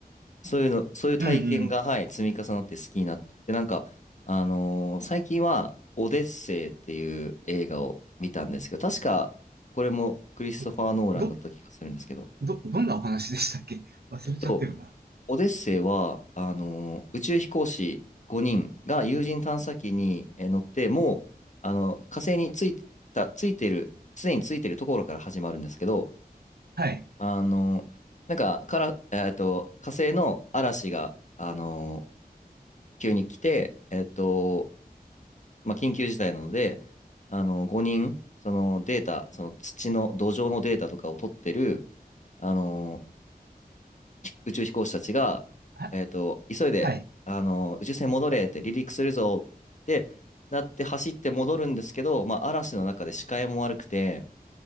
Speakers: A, on the left (about 50°); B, on the right (about 80°).
A: そういうの、そういう体験が、
B: うん
A: はい、積み重なって好きになって、で、なんか、あのー最近は、オデッセイっていう映画を見たんですけど、確か、これもクリストファー・
B: うん。
A: ノーランだった気がするんですけど、
B: ど、ど、どんなお話でしたっけ忘れちゃってるな。
A: えっと、オデッセイは、あの、宇宙飛行士5人が有人探査機にえー乗って、もう、あの、火星についた、ついてる、すでについてるところから始まるんですけど、
B: はい。
A: あの、なんか、から、えっと、火星の嵐が、あの、急に来て、えっと、まあ、緊急事態なので、あの、5人、そのデータ、その土の、土壌のデータとかを取ってる、あの、宇宙飛行士たちが、
B: は、
A: えっと、急いで、
B: はい。
A: あの、宇宙船戻れって離陸するぞってなって走って戻るんですけど、まあ、嵐の中で視界も悪くて、